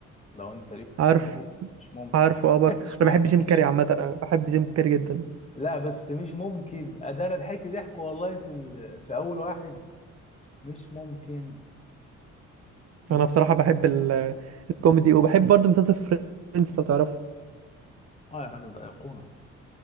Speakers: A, on the left (about 20°); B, on the right (about 55°).
A: لو انت ليك في
B: عارف
A: الكوميدي مش ممكن
B: عارفه اه برضه
A: <laughs> مش
B: انا
A: ممكن
B: بحب جيم كاري عامه انا بحب جيم كاري جدا
A: لا بس مش ممكن ده انا ضحكت ضحك والله في ال... في اول واحد مش ممكن مش
B: انا بصراحه
A: ممكن
B: بحب ال-
A: مش ممكن
B: الكوميدي وبحب برضه مسلسل فريندز لو تعرفه
A: اه يا راجل ده ايقونه